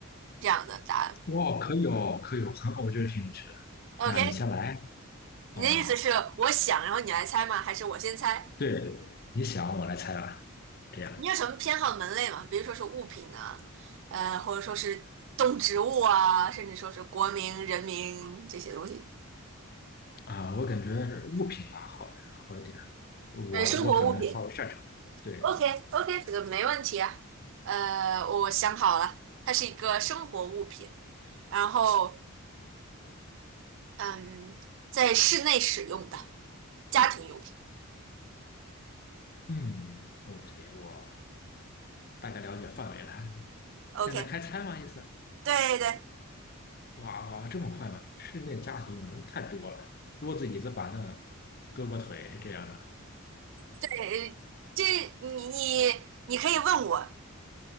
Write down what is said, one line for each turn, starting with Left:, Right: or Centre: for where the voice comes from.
Right: 这样的答案。
Left: 哇，可以哦，可以哦，很好，我觉得挺有趣的。
Right: OK，
Left: 那你先来
Right: 你的意思是我想，
Left: 哦，
Right: 然后你来猜吗？还是我先猜？
Left: 对，你想我来猜吧，这样
Right: 你有什么偏好门类吗？比如说是物品啊，呃，或者说是动植物啊，甚至说是国民、人民这些东西，
Left: 啊，我感觉物品吧好好一点，我我可能稍微擅长。
Right: 呃，生活物品。
Left: 对，
Right: OK OK，这个没问题啊。呃，我想好了，它是一个生活物品，然后嗯，在室内使用的家庭用品。
Left: 嗯，OK，我大概了解范围了。
Right: OK，
Left: 现在开猜吗？意思？
Right: 对对
Left: 哇哇，这么快吗？室内家庭用的太多了，桌子、椅子、板凳、胳膊、腿这样的。
Right: 对，呃这你你你可以问我，